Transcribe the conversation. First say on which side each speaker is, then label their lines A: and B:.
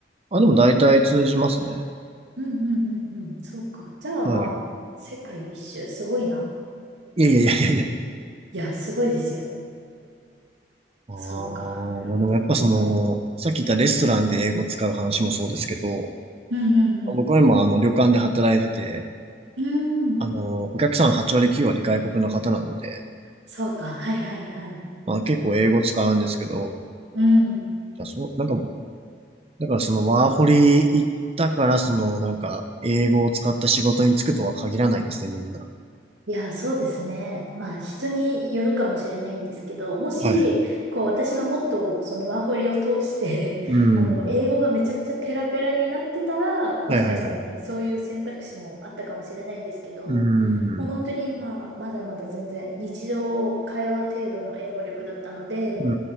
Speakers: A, on the right; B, on the right.
A: あ、でも大体通じますね。
B: うんうんうんうん。そうか。じゃあまあ、
A: はい。
B: 世界一周、すごいな。
A: いやいやいやいやいや。
B: いや、すごいですよ。
A: ああ、
B: そうか。なるほど、
A: まあでもやっぱその、
B: なるほど。
A: さっき言ったレストランで英語使う話もそうですけど、
B: うんうん
A: 僕は今あの旅館で働いてて、
B: うん。うん。
A: あの、お客さん8割9割外国の方なので、
B: そうか。はいはいはい。
A: まあ結構英語使うんですけど、
B: うん。
A: じゃあそう、なんかだからそのワーホリ行ったから、そのなんか英語を使った仕事に就くとは限らないですね、みんな。
B: いや、そうですね。まあ、人によるかもしれないんですけど、もし、
A: はい。
B: こう、私がもっと、そのワーホリを通して
A: うん。
B: <laughs> あの、英語がめちゃめちゃペラペラになってたら、もしかしたらね、
A: はいはいはい。
B: そういう選択肢もあったかもしれないんですけど、
A: う
B: もう本当に、
A: ん。
B: まあ、まだまだ全然、日常会話程度の英語力だったので、
A: う